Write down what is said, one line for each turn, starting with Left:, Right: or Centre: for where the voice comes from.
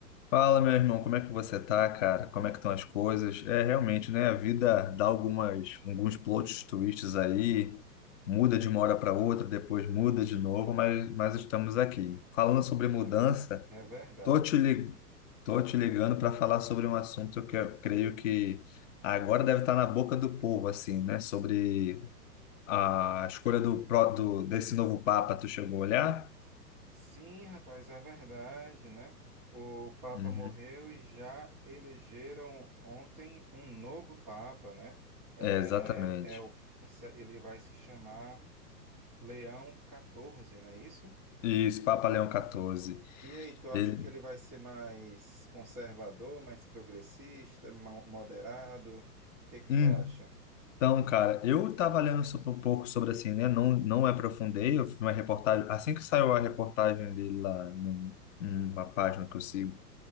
Left: Fala, meu irmão, como é que você tá, cara? Como é que estão as coisas? É, realmente, né? A vida dá algumas, alguns plot twists aí, muda de uma hora para outra, depois muda de novo, mas, mas estamos aqui. Falando sobre mudança,
Centre: É, é verdade.
Left: tô te, li- tô te ligando para falar sobre um assunto que eu creio que agora deve estar na boca do povo, assim, né? Sobre a escolha do, pró- do desse novo Papa, tu chegou a olhar?
Centre: Sim, rapaz, é verdade, né? O Papa
Left: Uhum.
Centre: morreu e já elegeram ontem um novo Papa, né? É,
Left: É, exatamente.
Centre: é o, ele vai se chamar Leão XIV, não é isso?
Left: Isso, Papa Leão XIV.
Centre: E aí, tu acha
Left: Ele,
Centre: que ele vai ser mais conservador, mais progressista, mo- moderado? O que que tu
Left: Então,
Centre: acha?
Left: cara, eu tava lendo sobre- um pouco sobre assim, né? Não, não me aprofundei. Eu fiz uma reportagem, assim que saiu a reportagem dele lá num- numa página que eu sigo,